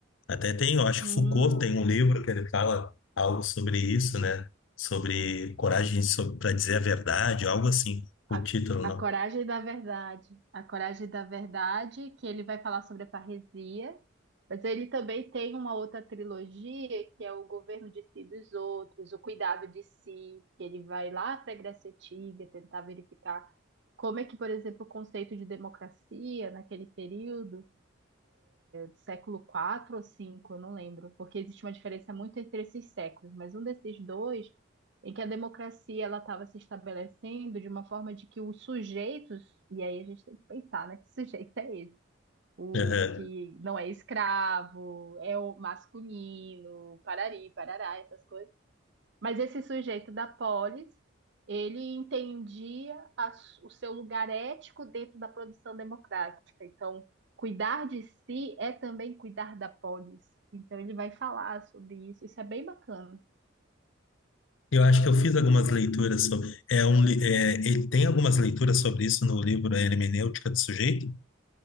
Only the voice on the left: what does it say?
Até tem, eu acho
que Foucault tem um livro que ele fala algo sobre isso, né? Sobre coragem para dizer a verdade, algo assim, o
título,
não.
Aham.
Eu acho que eu fiz algumas leituras sobre. É um, li- é, ele tem algumas leituras sobre isso no livro A Hermenêutica do Sujeito.